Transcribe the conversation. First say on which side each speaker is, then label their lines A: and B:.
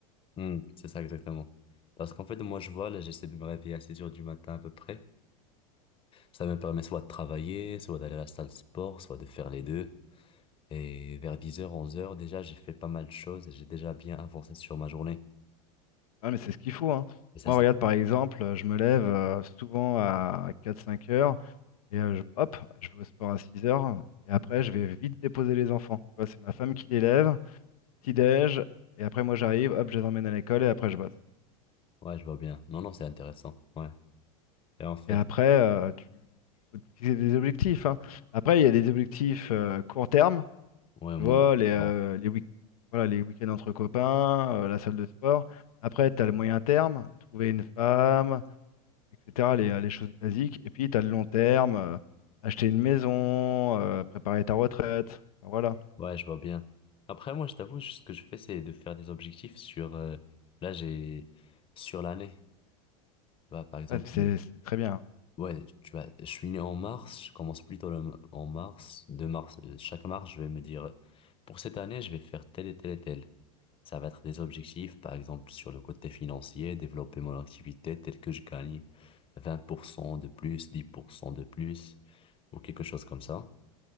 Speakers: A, on the left; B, on the left.
A: Hmm, c'est ça exactement. Parce qu'en fait, moi, je vois, là, j'essaie de me réveiller à 6 heures du matin à peu près. Ça me permet soit de travailler, soit d'aller à la salle de sport, soit de faire les deux. Et vers 10 heures, 11 heures, déjà, j'ai fait pas mal de choses et j'ai déjà bien avancé sur ma journée.
B: Ah, mais c'est ce qu'il faut, hein.
A: Et ça,
B: Moi,
A: c'est...
B: regarde, par exemple, euh, je me lève euh, souvent à quatre cinq heures et euh, je, hop, je vais au sport à 6 heures. Et après, je vais vite déposer les enfants. Tu vois, c'est ma femme qui les lève, petit-déj, et après, moi, j'arrive, hop, je les emmène à l'école et après, je bosse.
A: Ouais, je vois bien. Non, non, c'est intéressant. Ouais. Et en fait,
B: Et après, euh, tu faut te fixer des objectifs, hein. Après, il y a des objectifs euh, court terme.
A: ouais,
B: Tu
A: moi,
B: vois, les, euh,
A: non.
B: les week voilà, les week-ends entre copains, euh, la salle de sport. Après, tu as le moyen terme, trouver une femme, etc., les, euh, les choses basiques. Et puis, tu as le long terme, euh, acheter une maison, euh, préparer ta retraite. Enfin, voilà.
A: Ouais, je vois bien. Après, moi, je t'avoue, ce que je fais, c'est de faire des objectifs sur... euh, Là, j'ai... Sur l'année. Bah, par exemple...
B: Ouais, c'est c'est très bien.
A: Ouais, tu vois, je suis né en mars, je commence plutôt le- en mars, 2 mars. euh, Chaque mars, je vais me dire, euh, pour cette année, je vais faire tel et tel et tel. Ça va être des objectifs, par exemple, sur le côté financier, développer mon activité telle que je gagne 20% de plus, 10% de plus, ou quelque chose comme ça.